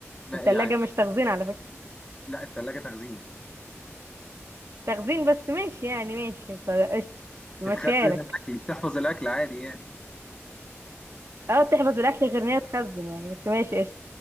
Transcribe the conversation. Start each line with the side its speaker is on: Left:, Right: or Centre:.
Left: يعني
Right: التلاجة مش تخزين على فكرة
Left: لا التلاجة تخزين
Right: تخزين بس ماشي يعني ماشي خلاص، قشطة
Left: بتخزن
Right: ماشيها لك
Left: الاكل بتحفظ الاكل عادي يعني
Right: اه تحفظ الاكل غير ان هي تخزن يعني بس ماشي قشطة